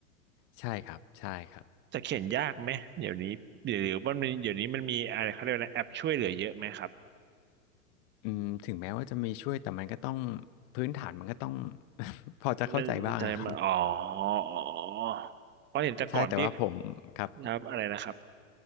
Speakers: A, on the left (about 40°); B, on the right (about 25°).
A: ใช่ครับใช่ครับ
B: จะเขียนยากไหมเดี๋ยวนี้เดี๋ยวเดี๋ยว่ามันมีเดี๋ยวนี้มันมีอะไรเขาเรียกว่าอะไรแอปช่วยเหลือเยอะไหมครับ
A: อืมถึงแม้ว่าจะมีช่วยแต่มันก็ต้องพื้นฐานมันก็ต้อง <laughs> พอจะเข้าใจบ้างอะครับ
B: นั่นนั่นจะมาอ๋อ อ๋อ เพราะเห็นแต่ก่อนพี่
A: ใช่แต่ว่าผมครับ
B: ครับ อะไรนะครับ